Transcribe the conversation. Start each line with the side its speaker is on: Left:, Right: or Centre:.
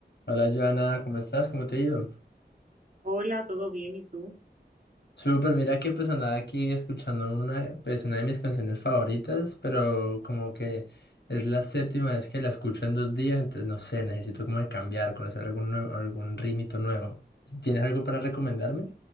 Left: Hola, Joana, ¿cómo estás? ¿Cómo te ha ido?
Right: Hola, ¿todo bien? ¿Y tú?
Left: Súper, mira que pues andaba aquí escuchando una, pues, una de mis canciones favoritas, pero como que es la séptima vez que la escucho en dos días, entonces no sé, necesito como de cambiar, conocer algún nuevo, algún ritmito nuevo. ¿Tienes algo para recomendarme?